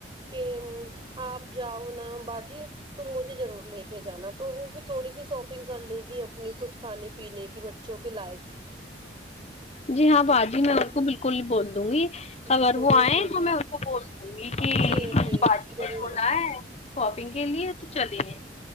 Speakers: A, on the right (about 30°); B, on the left (about 35°).
A: کہ آپ جاؤ نا باجی تو مجھے ضرور لے کے جانا تو وہ بھی تھوڑی سی شاپنگ کر لے گی اب اپنے کچھ کھانے پینے کے بچوں کے لائق
B: جی ہاں باجی میں ان کو بالکل بول دوں گی
A: جی
B: اگر
A: ضرور
B: وہ آئے
A: بولنا
B: تو میں ان کو بول دوں گی کہ
A: جی جی
B: باجی
A: ضرور
B: کو ک آئے شاپنگ کے لیے تو چلے ہیں